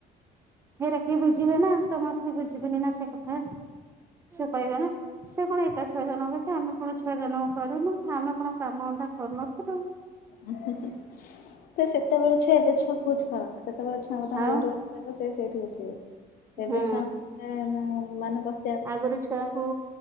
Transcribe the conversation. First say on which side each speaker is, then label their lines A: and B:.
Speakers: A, on the right; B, on the left.
A: ଫେର କି ବୁଝିବେ ନା ସମସ୍ତେ ବୁଝିବେନି ନା ସେ କଥା। ସେ କହିବ ନା ସେ କଣ ଏକା ଛୁଆ ଜନମ କରିଚିଛି ଆମେ କଣ ଛୁଅ ଜଣ କରୁନୁ ଆମେ କଣ କାମ ଅନ୍ଧା କରୁନଥିଲୁ।
B: ହୁୁଁ ତ ସେତେବେଳେ ଛୁଆ ଏବେ ଛୁଆ ବହୁତ ଫରକ ସେତେବେଳେ ଛୁଆଙ୍କୁ
A: ଆଉ
B: ଯୋଉଠି ସେ ସେଇଠି ବସିବ ଏବେ
A: ହୁଁ
B: ଛୁଆଙ୍କୁ ତମେ ମାନେ ବସ
A: ଆଗରୁ ଛୁଆଙ୍କୁ